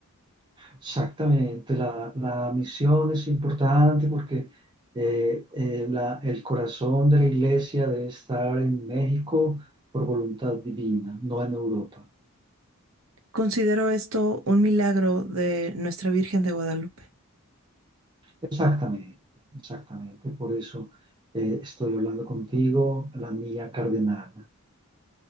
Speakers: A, on the right; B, on the right.
A: Exactamente, la, la misión es importante porque eh, eh, la- el corazón de la iglesia debe estar en México por voluntad divina, no en Europa.
B: Considero esto un milagro de nuestra Virgen de Guadalupe.
A: Exactamente, exactamente. Por eso eh, estoy hablando contigo, la mía cardenal.